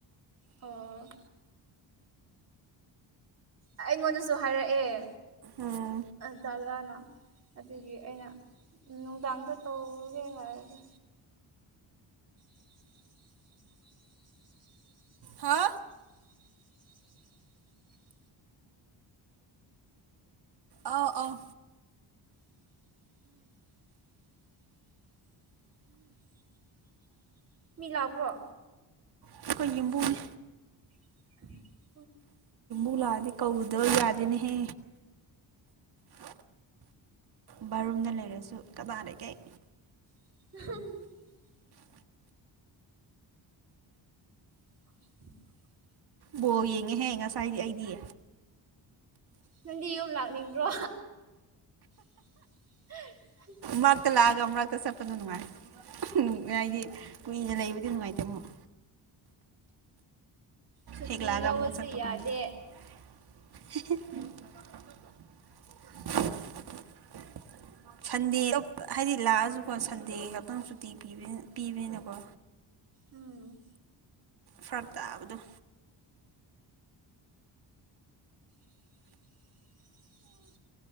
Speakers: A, on the right; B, on the right.
A: ꯑꯣ ꯑꯩꯉꯣꯟꯗꯁꯨ ꯍꯥꯏꯔꯛꯑꯦ
B: ꯑꯣ
A: ꯇꯖꯥꯅ ꯑꯗꯨꯒꯤ ꯑꯩꯅ ꯅꯨꯡꯗꯥꯡꯗ ꯇꯧꯒꯦ ꯍꯥꯏꯔꯒꯦ <inaudible> <inaudible>
B: ꯍꯥ <inaudible> ꯑꯧ ꯑꯧ
A: <inaudible> ꯃꯤ ꯂꯛꯕ꯭ꯔꯣ
B: ꯑꯩꯈꯣꯏ ꯌꯨꯝꯕꯨꯅꯦ
A: <inaudible>
B: ꯄꯨ ꯂꯥꯛꯑꯗꯤ ꯀꯧꯗ ꯌꯥꯗꯦꯅꯦꯍꯦ ꯕꯥꯠꯔꯨꯝꯗ ꯂꯩꯔꯁꯨ ꯀꯅꯥ ꯂꯩꯒꯩ
A: <inaudible> <inaudible>
B: ꯕꯣꯜ ꯌꯦꯡꯉꯦꯍꯦ ꯉꯁꯥꯏꯗꯤ ꯑꯩꯗꯤ
A: ꯅꯪꯗꯤ ꯌꯨꯝ ꯂꯥꯛꯅꯤꯡꯗ꯭ꯔꯣ <inaudible>
B: ꯃꯔꯛꯇ ꯂꯥꯛꯑꯒ ꯃꯔꯛꯇ ꯆꯠꯄꯗꯣ ꯅꯨꯡꯉꯥꯏ ꯍꯥꯏꯗꯤ ꯀꯨꯏꯅ ꯂꯩꯕꯗꯤ ꯅꯨꯡꯉꯥꯏꯇꯦ ꯑꯃꯨꯛ
A: ꯁꯨꯇꯤ
B: ꯍꯦꯛ ꯂꯥꯛꯑꯒ
A: ꯂꯧꯋꯣꯁꯨ
B: ꯑꯃꯨꯛ ꯆꯠꯄꯒꯨꯝꯕꯗꯣ
A: ꯌꯥꯗꯦ
B: <inaudible> ꯁꯟꯗꯦ ꯍꯥꯏꯗꯤ ꯂꯥꯛꯑꯁꯨꯀꯣ ꯁꯟꯗꯦ ꯈꯛꯇꯪ ꯁꯨꯇꯤ ꯄꯤꯕꯅꯤꯅꯀꯣ
A: ꯎꯝ
B: ꯐ꯭ꯔꯛ ꯇꯥꯕꯗꯣ
A: <inaudible>